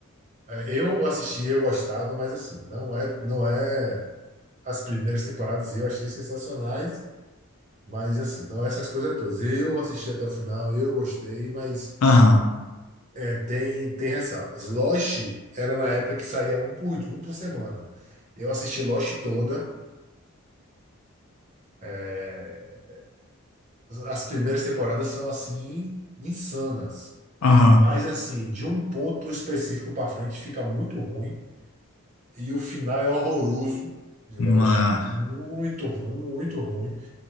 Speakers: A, on the right; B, on the left.
A: É, Eu assisti, eu gostava, mas assim, não é, não é as primeiras temporadas eu achei sensacionais, mas assim, não é essas coisas todas. Eu assisti até o final, eu gostei, mas
B: aham,
A: é, tem tem ressalvas. Lost era na época que saía um por um por semana. Eu assisti Lost toda. é, as primeiras temporadas são assim insanas,
B: aham.
A: mas assim, de um ponto específico para frente fica muito ruim. E o final é horroroso de
B: Mano,
A: Lost. Muito ruim, muito ruim.